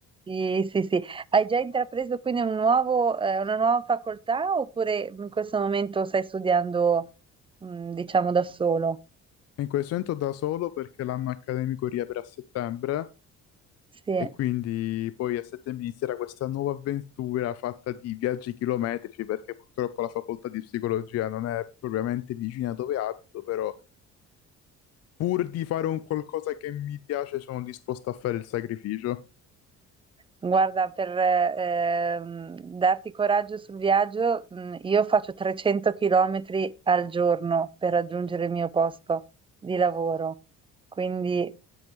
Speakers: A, on the right; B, on the left.
A: Sì, sì, sì. Hai già intrapreso quindi un nuovo, eh, una nuova facoltà oppure in questo momento stai studiando, mm, diciamo, da solo?
B: In questo momento da solo perché l'anno accademico riapre a settembre
A: Sì.
B: e quindi poi a settembre inizierà questa nuova avventura fatta di viaggi chilometrici perché purtroppo la facoltà di psicologia non è propriamente vicina dove abito, però pur di fare un qualcosa che mi piace sono disposto a fare il sacrificio.
A: Guarda, per ehm, darti coraggio sul viaggio, mm, io faccio 300 km al giorno per raggiungere il mio posto di lavoro. Quindi